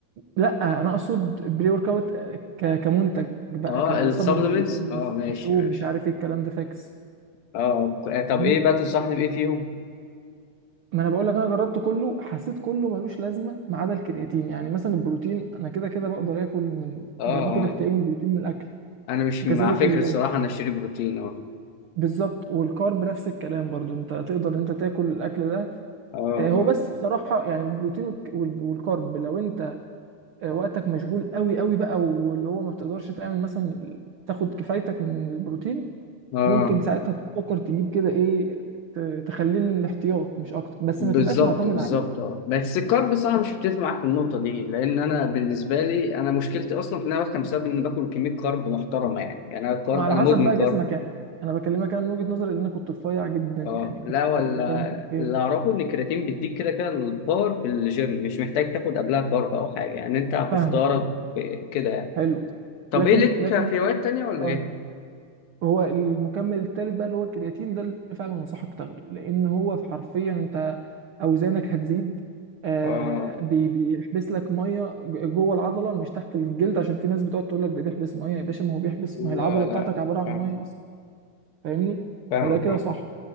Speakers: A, on the right (about 80°); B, on the left (about 85°).
A: لا انا اقصد البري ورك اوت ك- كمنتج بقى
B: اه
A: كسبلمنت
B: السبلمنتس
A: بتجيب
B: اه
A: مثلا
B: ماشي
A: مشروب
B: ماشي
A: مش عارف ايه الكلام ده فاكس
B: اه ك- آه، طب
A: فاهمني
B: ايه بقى تنصحني بايه فيهم؟
A: ما انا بقول لك انا جربت كله حسيت كله ملوش لازمه ما عدا الكرياتين يعني مثلا البروتين انا كده كده بقدر اكل من
B: اه آه.
A: باخد احتياجي من البروتين من الاكل
B: انا مش
A: وكذلك
B: مع فكره
A: ال-
B: الصراحه انا اشتري بروتين اه
A: بالظبط والكارب نفس الكلام برضو انت تقدر ان انت تاكل الاكل ده
B: اه
A: آه، هو
B: اه
A: بس بصراحه يعني البروتين والك- وال- والكارب لو انت آه، وقتك مشغول قوي قوي بقى واللي هو ما بتقدرش تعمل مثلا تاخد كفايتك من البروتين
B: اه
A: ممكن ساعتها تفكر تجيب كده ايه ت- تخليه الاحتياط مش اكتر بس
B: بالظبط
A: ما تبقاش معتمد
B: بالظبط
A: عليه
B: اه بس الكارب صح مش بتفق معاك في النقطه دي لان انا بالنسبه لي انا مشكلتي اصلا في ان انا بفهم بسبب ان باكل كميه كارب محترمه يعني يعني انا الكارب
A: ما على
B: انا
A: حسب
B: مدمن
A: بقى
B: كارب
A: جسمك يعني انا بكلمك انا من وجهه نظري ان انا كنت رفيع جدا يعني
B: اه لا
A: كنت
B: ولا
A: فاهم حرفيا
B: اللي اعرفه ان الكرياتين بيديك كده كده الباور في الجيم مش محتاج تاخد قبلها كارب او حاجه يعني انت بفطارك
A: فاهمك فاهمك.
B: ب- كده يعني
A: حلو
B: طب
A: لكن
B: ايه لك
A: لكن
B: في
A: مثلا
B: هوايات تانيه ولا
A: آه.
B: ايه؟
A: هو المكمل الثالث بقى اللي هو الكرياتين ده اللي فعلا انصحك تاخده لان هو في حرفيا انت اوزانك هتزيد آه
B: اه
A: بي- بيحبس لك ميه ج- جوه العضله مش تحت الجلد عشان في ناس بتقعد تقول لك ده بيحبس ميه يا باشا ما هو بيحبس ما هي العضله
B: لا لا
A: بتاعتك عباره عن
B: فاهم
A: ميه اصلا فاهمني
B: فاهم
A: فده كده
B: فاهم.
A: صح